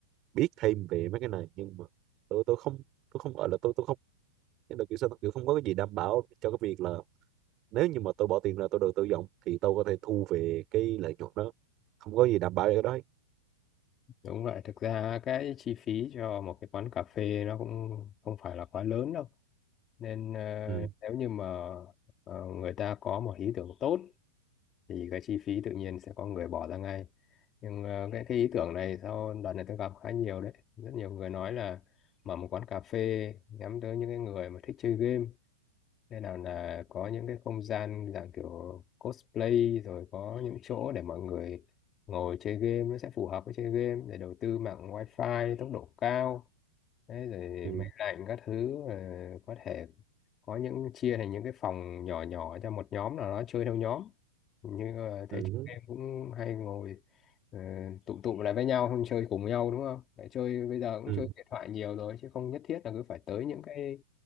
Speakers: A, on the right (about 30°); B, on the left (about 20°).
A: biết thêm về mấy cái này nhưng mà tôi tôi không tôi không gọi là tôi tôi không thế là kiểu sao kiểu không có cái gì đảm bảo cho cái việc là nếu như mà tôi bỏ tiền ra tôi đầu tư vọng thì tôi có thể thu về cái lợi nhuận đó không có gì đảm bảo về cái đó hết.
B: Đúng vậy, thực ra cái chi phí cho một cái quán cà phê nó cũng không phải là quá lớn đâu. Nên ờ,
A: ừ.
B: nếu như mà ờ, người ta có một ý tưởng tốt thì cái chi phí tự nhiên sẽ có người bỏ ra ngay. Nhưng ờ, cái cái ý tưởng này sau đợt này tôi gặp khá nhiều đấy. Rất nhiều người nói là mở một quán cà phê nhắm tới những cái người mà thích chơi game nên nào là có những cái không gian dạng kiểu cosplay rồi có những chỗ để mọi người ngồi chơi game nó sẽ phù hợp với chơi game để đầu tư mạng wifi tốc độ cao đấy rồi
A: Ừ.
B: máy lạnh các thứ ờ, có thể có những chia thành những cái phòng nhỏ nhỏ cho một nhóm nào đó chơi theo nhóm như ờ, thấy
A: Ừ.
B: chúng em cũng hay ngồi ờ, tụ tụ lại với nhau không chơi cùng nhau đúng không để chơi bây giờ cũng
A: Ừ.
B: chơi điện thoại nhiều rồi chứ không nhất thiết là cứ phải tới những cái